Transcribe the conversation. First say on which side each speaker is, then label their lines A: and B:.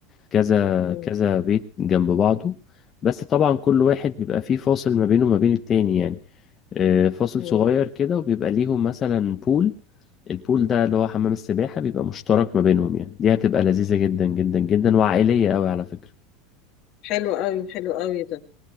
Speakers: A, on the left; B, on the left.
A: كذا
B: مم.
A: كذا بيت جنب بعضه بس طبعا كل واحد بيبقى فيه فاصل ما بينه وما بين التاني يعني آه، فاصل
B: مم.
A: صغير كده وبيبقى ليهم مثلا بول البول ده اللي هو حمام السباحة بيبقى مشترك ما بينهم يعني دي هتبقى لذيذة جدا جدا جدا وعائلية قوي على فكرة
B: حلو قوي حلو قوي ده